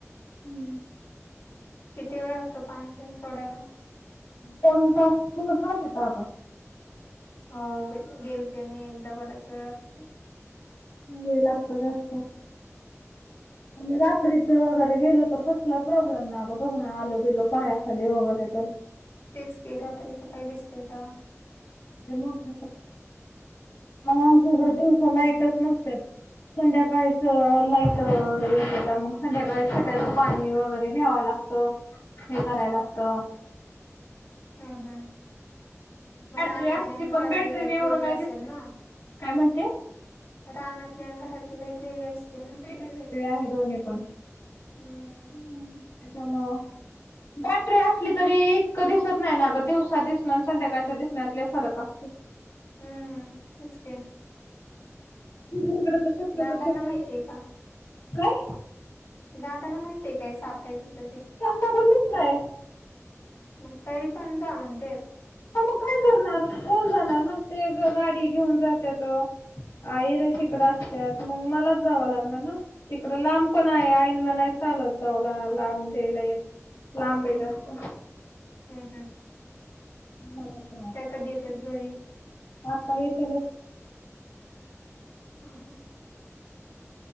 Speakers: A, on the left; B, on the left.
A: हम्म.
B: किती वेळ लागतो पाणी ते सोडायला?
A: दोन तास <unintelligible> येतो आगं.
B: हो बाई गेलते मी एकदा बराच वेळ लागतोय.
A: वेळ लागतोय गं जास्त. आणि रात्रीच वगैरे गेलो तर कसला प्रॉब्लेम ना ग बघ ना आल बिल पायाखाली वगैरे तर.
B: तेच के रात्रीच काय दिसतंय तव्हा.
A: <unintelligible> मंग आमच्या इकड दिवसा लाईटच नसत्यात. संध्याकाळीच लाईट येत्याता मंग. संध्याकाळी ट्याचं पाणी वगैरे घ्यावं लागत हे कराय लागत.
B: ह हम म
A: बॅटरी
B: रा अनातल्यान
A: असती पण
B: घरातली
A: बॅटरीने
B: लाईट
A: एवढं
B: वेगळी
A: काय दिसतंय
B: असेल ना.
A: काय म्हणते
B: राहनाली आणि घरातली लाईट वेगळी असते. ना
A: वेगळे वेगळे आहे दोन्ही पण.
B: हम्म
A: ह त्याेत म बॅटरी असली तरी इतकं दिसत नाही ना ग दिवसा दिसनं संध्याकाळच्या दिसण्यातले फरक असतो.
B: हम्म तेच का
A: तुकड त शक्य
B: दादांना
A: तस तु
B: माहितीये का
A: काय!
B: ते दादाना माहती आहे काय साफाय त तर ते
A: तेना बोललीच नाहीय.
B: मग तरी पण जा म्हणते.
A: हा मग काय करणार कोण जाणार ना ते गाडी घेऊन जाते त आई र
B: हम्म
A: शेकडा! त्यात मग मलाच जावं लागणार ना? इकडं लांब पण आहे आईंना नाही चालत जाऊला लावून द्यायला य! लांब आहे जास्त
B: हम् हम्
A: ला
B: त्या कधी येतात घरी
A: आता येतल
B: ह हा